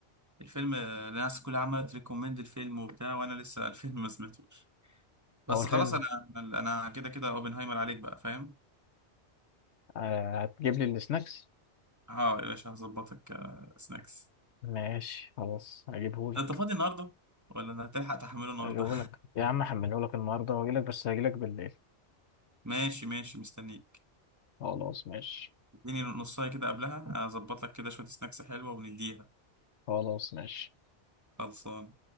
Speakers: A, on the right; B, on the left.
A: الفيلم آه، الناس كلها عملت ريكومند الفيلم وبتاع وانا لسه الفيلم ما سمعتوش بس
B: هو الفيلم
A: خلاص انا انا كده كده اوبنهايمر عليك بقى فاهم
B: آه هتجيب لي السناكس
A: اه يا باشا هظبطك آه، سناكس
B: ماشي خلاص هجيبهولك
A: انت فاضي النهارده ولا انت هتلحق تحمله النهارده
B: هجيبهولك يا عم هحملهولك النهارده واجيلك بس هجيلك بالليل
A: <laughs> ماشي ماشي مستنيك
B: خلاص ماشي
A: اديني نصايه كده قبلها اظبط لك كده شويه سناكس حلوه ونديها
B: خلاص ماشي
A: خلصان